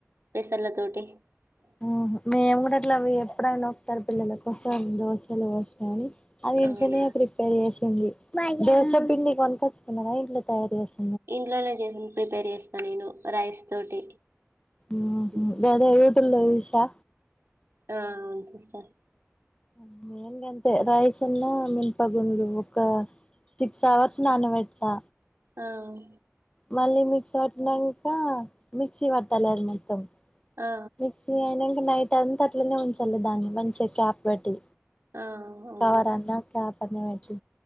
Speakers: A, on the right; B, on the left.
A: పెసల తోటి ఏం లే
B: ఆ మేము కూడా అట్లా అవి ఎప్పుడనా ఒకసారి పిల్లలకోసం దోశలు ఓసు గాని అది ఇం
A: అవునా
B: ధనియా ప్రిపేర్ చేసింది దోస పిండి కలుపచ్చుకున్నావ ఇంట్ల తయారు చేసి
A: ఇంట్లోనే జల్దీ ప్రిపేర్ చేస్తా నేను రైస్ తోటి
B: ఊహు
A: మ్మ్.
B: దాని యూటు లో చూసా
A: ఆ అవును సిస్టర్
B: అమ్ నేన్ గంతే రయిసున్నా మినుప గుండ్లు ఒక తిక్స్ అవర్స్ నాన్న పెడతా
A: అవును
B: మళ్ళీ మిక్సీ పట్టినాక మిక్సీ పట్టాలి అది మొత్తం
A: ఆ
B: మిక్సీ అయినాంక నైట్ అంతా అట్లనే ఉంచాల దాన్ని మంచిగా క్యాప్ పెట్టి
A: ఆ అవును
B: కవర్ అన్న క్యాప్ పెట్టి